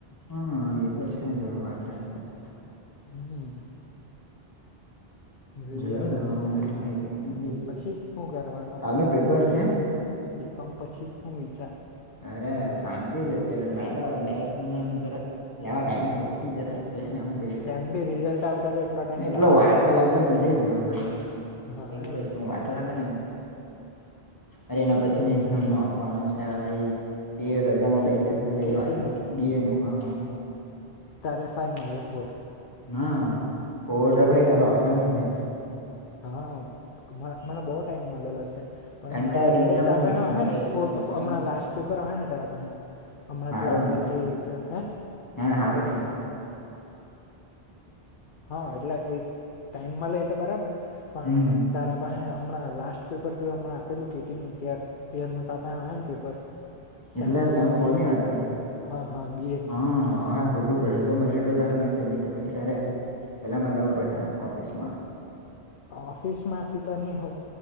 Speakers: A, on the left; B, on the left.
A: હન, એ તો છે જ વાત તારી સાચી વાત.
B: હમ. જોઈએ
A: જોયો
B: હવે
A: ને
B: હું થાય છે.
A: તે એજ
B: પછી હું કરવાનું?
A: કાલનું પેપર હે
B: બીકોમ પછી? હુઈ
A: અરે શાંતિ જ અત્યારે, ને વાતા બે-એક મહિનામ જરાક લેવા ટાઈમ બચી જાય તો હેને હુ કરીએ
B: તેમ
A: તો.
B: બી રિઝલ્ટ આવતા તો એટલો ટાઈમ
A: એટલે
B: લાગે
A: વાર તો લાગવાની છે જ હવે ભઈ,
B: હા
A: કઈ બી
B: એમ
A: વસ્તુમ વાર તો લાગવાનીન. અરે એના પછીની એક્ઝામનું આપપાનું છે, હવે ઈ તે રજામાં બેટ ગેસ પે લઈ
B: કેટીનું
A: વાચા, દિવેનું. હન.
B: તારે ફાઈ મારે ફોર <inaudible>
A: ના ફોર દભાઈ તારું આવતા મહિને
B: હા મને બહ ટાઈમ મળેલો છે. પણ
A: તને
B: એના હારું
A: દુનિયાભરનો
B: એતા પસે
A: ટાઈમ
B: આવે
A: ભાઈ
B: ને
A: એકદમ ખતરનાક
B: હમણાં લાસ્ટ પેપર આવે ને તારા પાસે હમણાં
A: હારું
B: તું આપેલી
A: ના
B: તે એક્ઝામ હે
A: હા હારુંને.
B: હા એટલે એક ટાઈમમાં લે તો બરાબર પણ
A: હમ
B: તારા પાસે? હમણાં લાસ્ટ પેપર જો હમણા આપેલું કેટી નું તો આપ ને પેપર
A: એટલે
B: ફોરનું
A: સેમ ફોર
B: બીએનું
A: ની વાત કરહા
B: હા હા બીએનું
A: હ હોડું પડે જો મળિલો તૌ પછી તારે પેલા માં જાવું પડે ઓફિસ માં
B: ઓફિસ માંથી તો નહી હો,